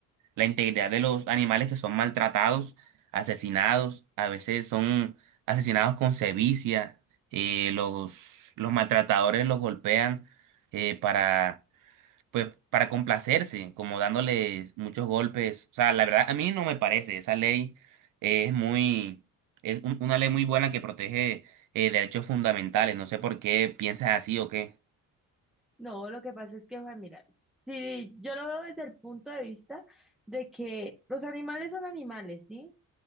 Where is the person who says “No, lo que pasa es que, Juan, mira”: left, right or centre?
Centre